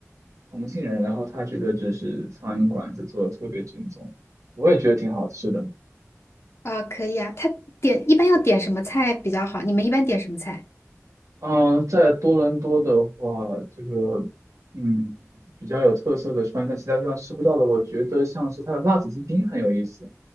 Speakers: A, on the right (about 75°); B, on the left (about 55°).
A: 同性人，然后他觉得就是苍蝇馆子做的特别正宗，我也觉得挺好吃的。
B: 啊、可以啊。他点一般要点什么菜比较好？你们一般点什么菜？
A: 嗯，在多伦多的话，这个嗯比较有特色的川菜，其他地方吃不到的，我觉得像是它的辣子鸡丁很有意思。